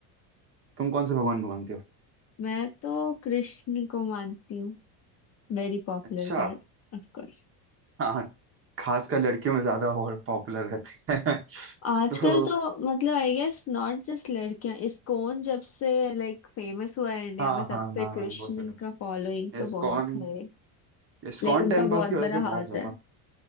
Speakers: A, on the right; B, on the left.
A: तुम कौन से भगवान को मानते हो
B: मैं तो कृष्ण को मानती हूँ Very popular
A: अच्छा
B: god Of course
A: हाँ खासकर लड़कियों में ज्यादा और पॉपुलर रहते हैं <laughs>
B: आजकल
A: तो
B: तो मतलब आई गेस नॉट जस्ट लड़कियां इस्कॉन जब से लाइक फेमस हुआ है इंडिया
A: हाँ
B: में तब
A: हाँ
B: से
A: हाँ
B: कृष्ण
A: हाँ वो तो
B: का फॉलोइंग
A: है
B: तो
A: इस्कॉन
B: बहुत है
A: इस्कॉन
B: लाइक उनका
A: टेम्पल्स
B: बहुत
A: की वजह
B: बड़ा
A: से
B: हाथ
A: बहुत ज्यादा
B: है